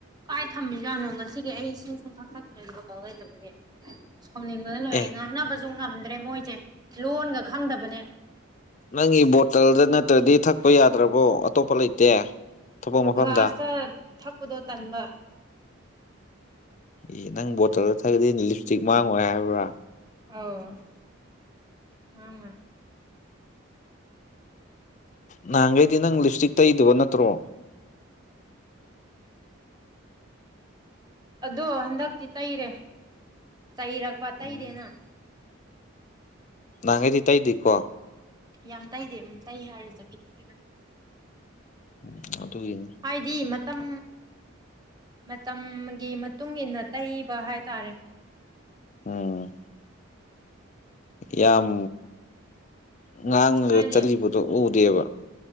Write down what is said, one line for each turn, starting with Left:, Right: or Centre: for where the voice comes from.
Right: ꯀꯥꯏ ꯊꯝꯃꯤꯖꯥꯠꯅꯣ ꯉꯁꯤꯒꯤ ꯑꯩ ꯏꯁꯤꯡ ꯁꯨꯛꯊꯛ ꯊꯛꯇ꯭ꯔꯦ ꯕꯣꯇꯜ ꯂꯩꯇꯕꯒꯤ ꯁꯥꯎꯅꯤꯡ ꯂꯣꯏꯔꯦ ꯂꯣꯏꯔꯦ
Left: ꯑꯦ
Right: ꯉꯥꯡꯅꯕꯖꯨ ꯉꯝꯗ꯭ꯔꯦ ꯃꯣꯏꯖꯦ ꯂꯣꯟꯒ ꯈꯪꯗꯕꯅꯦ
Left: ꯅꯪꯒꯤ ꯕꯣꯇꯜꯗ ꯅꯠꯇ꯭ꯔꯗꯤ ꯊꯛꯄ ꯌꯥꯗ꯭ꯔꯕꯣ ꯑꯇꯣꯞꯄ ꯂꯩꯇꯦ ꯊꯕꯛ ꯃꯐꯝꯗ
Right: ꯒ꯭ꯂꯥꯁꯇ ꯊꯛꯄꯗꯣ ꯇꯟꯕ
Left: ꯑꯦ ꯅꯪ ꯕꯣꯇꯜꯗ ꯊꯛꯒꯗꯤ ꯂꯤꯞꯁꯇꯤꯛ ꯃꯥꯡꯉꯣꯏ ꯍꯥꯏꯕ꯭ꯔꯥ
Right: ꯑꯣ ꯑ
Left: ꯅꯍꯥꯟꯒꯩꯗꯤ ꯅꯪ ꯂꯤꯞꯁꯇꯤꯛ ꯇꯩꯗꯕ ꯅꯠꯇ꯭ꯔꯣ
Right: ꯑꯗꯣ ꯍꯟꯗꯛꯇꯤ ꯇꯩꯔꯦ ꯆꯩꯩꯔꯛꯄ
Left: ꯎꯝ
Right: ꯇꯩꯔꯦꯅ
Left: ꯅꯍꯥꯟꯈꯩꯗꯤ ꯇꯩꯗꯤꯀꯣ
Right: ꯌꯥꯝ ꯇꯩꯗꯦ ꯑꯗꯨꯝ ꯇꯩ ꯍꯥꯏꯔꯁꯨ ꯈꯤꯇꯪ ꯈꯤꯇꯪ
Left: ꯎ ꯑꯗꯨ ꯌꯦꯡꯅꯤ
Right: ꯍꯥꯏꯗꯤ ꯃꯇꯝ ꯃꯇꯝꯒꯤ ꯃꯇꯨꯡ ꯏꯟꯅ ꯇꯩꯕ ꯍꯥꯏꯇꯥꯔꯦ
Left: ꯑꯣꯝ ꯌꯥꯝ ꯉꯥꯡꯉꯒ
Right: ꯍꯥꯏꯗꯤ
Left: ꯆꯠꯂꯤꯕꯗꯣ ꯎꯗꯦꯕ